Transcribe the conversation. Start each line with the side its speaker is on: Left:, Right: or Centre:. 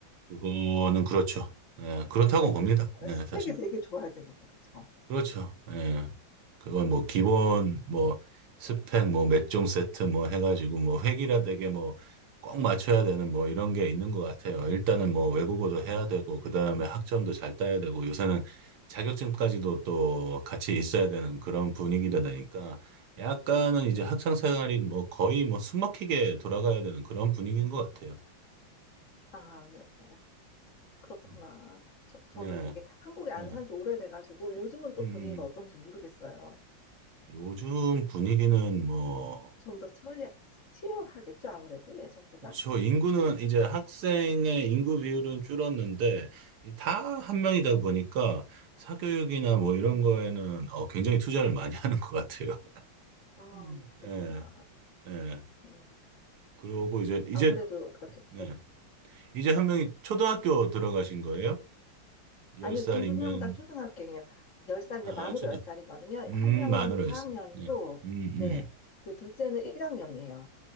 Right: 그거는 그렇죠. 네, 그렇다고
Left: 네,
Right: 봅니다.
Left: 그쵸.
Right: 네,
Left: 네, 스펙이
Right: 사실은.
Left: 되게 좋아야 되잖아요. 그쵸.
Right: 그렇죠. 예. 그건 뭐 기본 뭐 스펙 뭐 몇 종 세트 뭐 해가지고 뭐 획일화 되게 뭐 꼭 맞춰야 되는 뭐 이런 게 있는 것 같아요. 일단은 뭐 외국어도 해야 되고 그 다음에 학점도 잘 따야 되고 요새는 자격증까지도 또 같이 있어야 되는 그런 분위기다 보니까 약간은
Left: 네.
Right: 이제 학창 생활이 뭐 거의 뭐 숨막히게 돌아가야 되는 그런 분위기인 것 같아요.
Left: 아, 네. 네. 그렇구나.
Right: 음.
Left: 저, 저도
Right: 네,
Left: 되게 한국에 안
Right: 네.
Left: 산지 오래돼가지고 요즘은 또
Right: 음,
Left: 분위기가 어떤지 모르겠어요.
Right: 요즘 분위기는 뭐
Left: 좀 더 치열하겠죠, 아무래도 예전보다.
Right: 저 인구는 이제 학생의 인구 비율은 줄었는데 다 한 명이다 보니까 사교육이나 뭐 이런 거에는 어, 굉장히 투자를 많이 <laughs> 하는 것 같아요.
Left: 아,
Right: 음.
Left: 그렇구나.
Right: 예, 예.
Left: 음,
Right: 그러고 이제 이제
Left: 아무래도 그렇겠어요.
Right: 예. 이제 한 명이 초등학교 들어가신 거예요? 열
Left: 아니요,
Right: 살이면
Left: 두 명 다 초등학생이에요. 열살인데
Right: 아,
Left: 만으로
Right: 초등
Left: 열살이거든요한
Right: 음,
Left: 명은
Right: 만으로
Left: 4학년이고,
Right: 했어. 예. 음,
Left: 네,
Right: 음.
Left: 그 둘째는 1학년이에요.